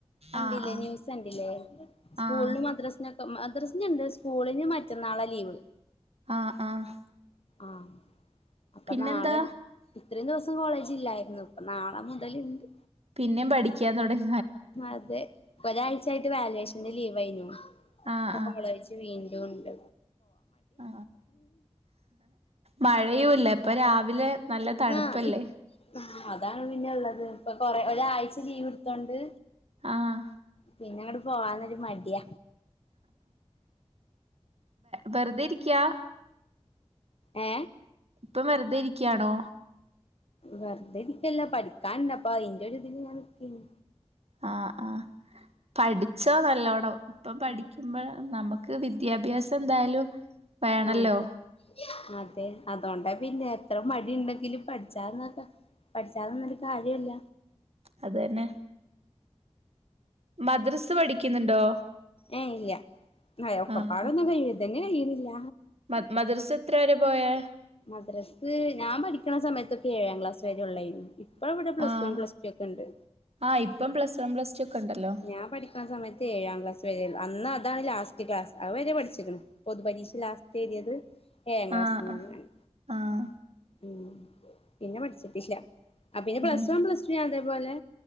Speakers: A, on the left (about 55°); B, on the right (about 65°).
A: കണ്ടില്ലേ
B: ആഹ് ആഹ്
A: ന്യൂസ് കണ്ടില്ലേ സ്കൂള്ന്
B: ആഹ്
A: മദ്രാസിനൊ മദ്രസുണ്ട് സ്കൂളിന് മറ്റന്നാള ലീവ്
B: ആഹ് ആഹ്
A: ആഹ് അപ്പൊ
B: പിന്നെന്താ
A: നാളെ ഇത്രയും ദിവസം കോളേജ് ഇല്ലായിരുന്നു ഇപ്പൊ നാളെ മുതല്ണ്ട്
B: പിന്നെയും പഠിക്കാൻ തുടങ്ങി
A: അതെ ഒരാഴ്ച ആയിട്ട് വാലുവേഷന്റെ ലീവ് ആയിനു
B: ആഹ്
A: കോളേജ് വീണ്ടും ഒണ്ട്
B: ആ മഴയുമില്ല ഇപ്പൊ രാവിലെ നല്ല തണുപ്പല്ലേ
A: ആ ഇ അ അതാണ് പിന്നെള്ളത് ഇപ്പൊ കൊറ ഒരാഴ്ച ലീവ് എടുത്തോണ്ട്
B: ആഹ്
A: പിന്നെ അങ്ങട് പോവാന്നൊരു മടിയ
B: വെറുതെ ഇരിക്കയാ
A: ഏ
B: ഇപ്പൊ വെറുതെ ഇരിക്കയാണോ
A: വെറുതെ ഇരിക്കല്ല പഠിക്കാനുണ്ട് അപ്പൊ അതിന്റെ ഒരു ഇതില് ഞാൻ നിക്കേണ്
B: ആഹ് ആഹ് പഠിച്ചോ നല്ലോണം ഇപ്പം പഠിക്കുമ്പോൾ നമുക്ക് വിദ്യാഭ്യാസം എന്തായാലും വേണല്ലോ
A: അതെ അതെ അതൊണ്ട പിന്നെ ഇത്ര മടി ഉണ്ടെങ്കില് പഠിച്ചാന്നൊക്ക പഠിച്ചാന്നൊരു കാര്യല്ല
B: അതന്നെ മദ്രസെ പഠിക്കുന്നുണ്ടോ
A: ഏ ഇല്ല ഒക്കപ്പാടൊന്നും
B: ആഹ് ആഹ്
A: കഴിയില്ല ഇ തന്നെ കഴിയുന്നില്ല
B: മ മദർസ എത്ര വരെ പോയേ
A: മദ്രസ് ഞാൻ പഠിക്കണ സമയത്തൊക്കെ ഏഴാം ക്ലാസ് വരെ ഉള്ളായിരുന്നു ഇപ്പ ഇവിടെ പ്ലസ്
B: ആഹ്
A: വൺ പ്ലസ് ടു ഒക്കെ ഉണ്ട്
B: ആഹ് ഇപ്പം പ്ലസ് വൺ പ്ലസ് ടു ഒക്കെ ഉണ്ടല്ലോ
A: ഞാൻ പഠിക്കുന്ന സമയത്ത് ഏഴാം ക്ലാസ് വരെള്ളൂ അന്ന് അതാണ് ലാസ്റ്റ് ക്ലാസ് അവരെ പഠിച്ചിക്കണ് പൊതു പരീക്ഷ ലാസ്റ്റ് എഴുതിയത് ഏഴാം ക്ലാസ്ന്ന്ങ്ങാണ്
B: ആഹ് ആഹ് ആഹ്
A: ഉം പിന്നെ പഠിച്ചിട്ടില്ല പിന്നെ പ്ലസ്
B: ഉം
A: വൺ പ്ലസ് ടു അതേപോലെ